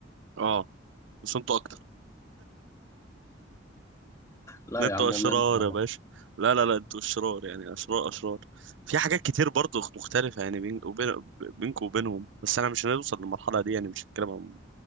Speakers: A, on the right (about 75°); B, on the left (about 15°).
A: أه بس انتوا أكتر
B: لا
A: لا
B: يا
A: انتوا
B: عم
A: أشرار
B: والله أنا
A: يا
B: فاهم.
A: باشا لا لا لا انتوا أشرار يعني أشرار أشرار في حاجات كتير برضو مختلفة يعني بين وبين بينكم وبينهم بس أنا مش هنوصل للمرحلة دي يعني مش هتكلم عن